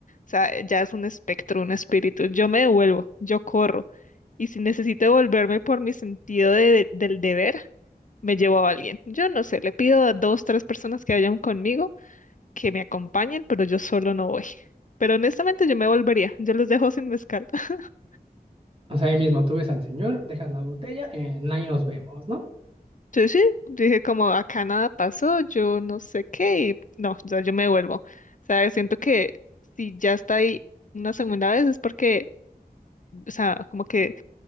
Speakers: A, on the left (about 55°); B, on the right (about 35°).
A: sea, ya es un espectro, un espíritu. Yo me devuelvo, yo corro. Y si necesito devolverme por mi sentido de- del deber, me llevo a alguien. Yo no sé, le pido a dos, tres personas que vayan conmigo, que me acompañen, pero yo solo no voy. Pero honestamente yo me volvería, yo los dejo sin mezcal. <laughs>
B: O sea, ahí mismo tú ves al señor, dejas la botella, eh, ahí nos vemos, ¿no?
A: Sí, sí, dije como acá nada pasó, yo no sé qué, y no, o sea, yo me devuelvo. O sea, siento que si ya está ahí una segunda vez es porque, o sea, como que